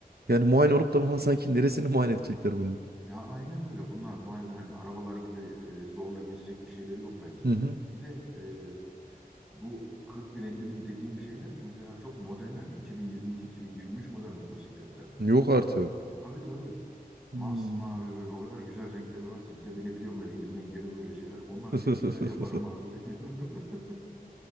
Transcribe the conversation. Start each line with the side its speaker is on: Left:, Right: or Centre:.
Right: Yani muayene olup da bana sanki neresini muayene edecekler bunun.
Centre: Ya aynen öyle. Bunlar muayenede hani arabalar gibi e, zorla geçecek bir şeyleri yok bence.
Right: Hı hı.
Centre: Bir de e, bu 40 bin 50 bin dediğim şeyler mesela çok model hani 2022-2023 model motosikletler.
Right: Yok artık.
Centre: Tabii tabii. Masmavi
Right: Hmm.
Centre: böyle o kadar güzel renkleri var ki. Bir de beni biliyorum böyle elimden gelir böyle şeyler. Onları
Right: <laughs>
Centre: bir güzel yaparım abi. <laughs>